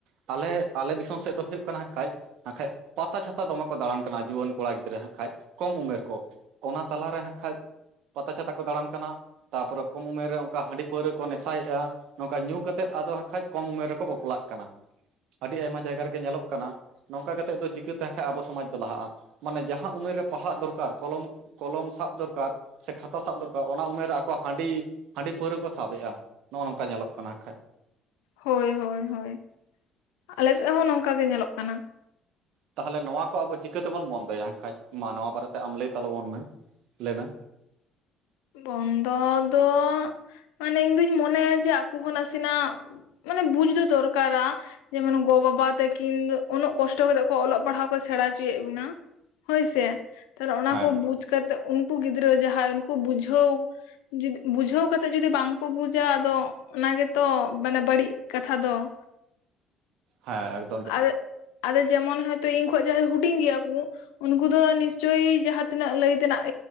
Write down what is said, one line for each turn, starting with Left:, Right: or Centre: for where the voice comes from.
Right: ᱟᱞᱮ ᱟᱞᱮ ᱫᱤᱥᱚᱢ ᱥᱮᱫ ᱫᱚ ᱦᱩᱭᱩᱜ ᱠᱟᱱᱟ ᱠᱷᱟᱡ ᱦᱟᱸᱠᱷᱟᱡ ᱯᱟᱛᱟ ᱪᱷᱟᱛᱟ ᱫᱚᱢᱮ ᱠᱚ ᱫᱟᱲᱟᱱ ᱠᱟᱱᱟ ᱡᱩᱣᱟᱹᱱ ᱠᱚᱲᱟ ᱜᱤᱫᱽᱨᱟᱹ ᱦᱟᱸᱠᱷᱟᱡ ᱠᱚᱢ ᱩᱢᱮᱨ ᱠᱚ ᱾ ᱚᱱᱟ ᱛᱟᱞᱟᱨᱮ ᱦᱟᱸᱠᱦᱟᱡ ᱯᱟᱛᱟ ᱪᱷᱟᱛᱟ ᱠᱚ ᱫᱟᱲᱟᱱ ᱠᱟᱱᱟ ᱾ ᱛᱟᱯᱚᱨᱮ ᱠᱚᱢ ᱩᱢᱮᱨ ᱨᱮ ᱚᱱᱠᱟ ᱦᱟᱺᱰᱤ ᱯᱟᱹᱣᱨᱟᱹ ᱠᱚ ᱱᱮᱥᱟᱭᱮᱫᱼᱟ, ᱱᱚᱝᱠᱟ ᱧᱩ ᱠᱟᱛᱮᱫ ᱟᱫᱚ ᱦᱟᱸᱠᱷᱟᱡ ᱠᱚᱢ ᱩᱢᱮᱨ ᱨᱮ ᱠᱚ ᱵᱟᱯᱞᱟᱜ ᱠᱟᱱᱟ ᱟᱹᱰᱤ ᱟᱭᱢᱟ ᱡᱟᱭᱜᱟ ᱨᱮᱜᱮ ᱧᱮᱞᱚᱜ ᱠᱟᱱᱟ ᱾ ᱱᱚᱝᱠᱟ ᱠᱟᱛᱮᱫ ᱫᱚ ᱪᱤᱠᱟᱹᱛᱮ ᱦᱟᱸᱠᱷᱟᱡ ᱟᱵᱚ ᱥᱚᱢᱟᱡᱽ ᱫᱚ ᱞᱟᱦᱟᱜᱼᱟ ᱾ ᱢᱟᱱᱮ ᱡᱟᱦᱟᱸ ᱩᱢᱮᱨ ᱨᱮ ᱯᱟᱲᱦᱟᱜ ᱫᱚᱨᱠᱟᱨ, ᱠᱚᱞᱚᱢ ᱠᱚᱞᱚᱢ ᱥᱟᱵ ᱫᱚᱨᱠᱟᱨ ᱥᱮ ᱠᱷᱟᱛᱟ ᱥᱟᱵ ᱫᱚᱨᱠᱟᱨ, ᱚᱱᱟ ᱩᱢᱮᱨ ᱨᱮ ᱟᱠᱚ ᱦᱟᱺᱰᱤ ᱦᱟᱺᱰᱤ ᱯᱟᱹᱣᱨᱟᱹ ᱠᱚ ᱥᱟᱵ ᱮᱫᱼᱟ ᱾ ᱱᱚᱜᱼᱚ ᱱᱚᱝᱠᱟ ᱧᱮᱞᱚᱜ ᱠᱟᱱᱟ ᱦᱠᱠᱷᱟᱡ ᱾
Left: ᱦᱳᱭ ᱦᱳᱭ ᱦᱳᱭ ᱟᱞᱮᱥᱮᱫ ᱦᱚᱸ ᱱᱚᱝᱠᱟ ᱜᱮ ᱧᱮᱞᱚᱜ ᱠᱟᱱᱟ ᱾
Right: ᱛᱟᱦᱚᱞᱮ ᱱᱚᱣᱟ ᱠᱚ ᱟᱵᱚ ᱪᱤᱠᱟᱹ ᱛᱮᱵᱚᱱ ᱵᱚᱱᱫᱚᱭᱟ ᱠᱷᱟᱡ ᱢᱟ ᱱᱚᱣᱟ ᱵᱟᱨᱮᱛᱮ ᱟᱢ ᱞᱟᱹᱭ ᱛᱟᱞᱵᱚᱱ ᱢᱮ ᱞᱟᱹᱭ ᱢᱮ?
Left: ᱵᱚᱱᱫᱚ ᱫᱚ ᱢᱟᱱᱮ ᱤᱧᱫᱩᱧ ᱢᱚᱱᱮᱭᱟ ᱡᱮ ᱟᱠᱚ ᱦᱚᱸ ᱱᱟᱥᱮᱱᱟᱜ ᱢᱟᱱᱮ ᱵᱩᱡ ᱫᱚ ᱫᱚᱨᱠᱟᱨᱟ ᱾ ᱡᱮᱢᱚᱱ ᱜᱚ ᱵᱟᱵᱟ ᱛᱟᱹᱠᱤᱱ ᱩᱱᱟᱹᱜ ᱠᱚᱥᱴᱚ ᱠᱟᱛᱮᱜ ᱠᱚ ᱚᱞᱚᱜ ᱯᱟᱲᱦᱟᱜ ᱠᱚ ᱥᱮᱬᱟ ᱦᱚᱪᱚᱭᱮᱫ ᱵᱤᱱᱟ ᱾ ᱦᱳᱭᱥᱮ ᱛᱟᱦᱞᱮ ᱚᱱᱟ
Right: ᱦᱮᱸ
Left: ᱠᱚ ᱵᱩᱡᱽ ᱠᱟᱛᱮᱫ ᱩᱱᱠᱩ ᱜᱤᱫᱽᱨᱟᱹ ᱡᱟᱦᱟᱸᱭ ᱩᱱᱠᱩ ᱵᱩᱡᱷᱟᱹᱣ ᱡᱩᱫ ᱵᱩᱡᱷᱟᱹᱣ ᱠᱟᱛᱮᱜ ᱡᱩᱫᱤ ᱵᱟᱝᱠᱚ ᱵᱩᱡᱟ ᱟᱫᱚ ᱚᱱᱟ ᱜᱮᱛᱚ ᱢᱟᱱᱮ ᱵᱟᱹᱲᱤᱡ ᱠᱟᱛᱷᱟ ᱫᱚ ᱾
Right: ᱦᱮᱸ ᱾
Left: ᱟ ᱟᱫᱚ ᱡᱮᱢᱚᱱ ᱦᱚᱭᱛᱳ ᱤᱧ ᱠᱷᱚᱱ ᱡᱟᱦᱟᱸᱭ ᱦᱩᱰᱤᱧ ᱜᱮᱭᱟ ᱠᱚ ᱩᱱᱠᱩ ᱫᱚ ᱱᱤᱥᱪᱳᱚᱭ ᱡᱟᱦᱟᱸᱛᱤᱱᱟᱹᱜ ᱞᱟᱹᱭ ᱛᱮᱱᱟᱜ